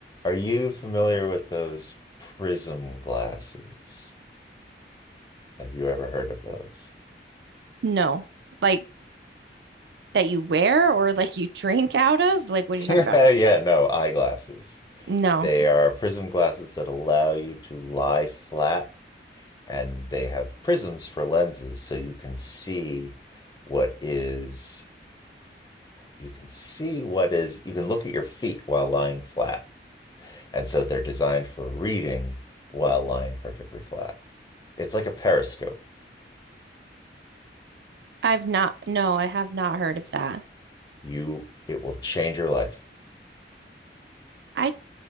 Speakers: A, on the left (about 20°); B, on the right (about 75°).
A: Are you familiar with those prism glasses? Have you ever heard of those?
B: No. Like that you wear or like you drink out of? Like, what
A: <laughs>
B: are you talking
A: Yeah,
B: about?
A: no, eyeglasses.
B: No,
A: They are prism glasses that allow you to lie flat, and they have prisms for lenses, so you can see what is, you can see what is, you can look at your feet while lying flat. And so they're designed for reading while lying perfectly flat. It's like a periscope.
B: I've not. No, I have not heard of that.
A: You, it will change your life.
B: I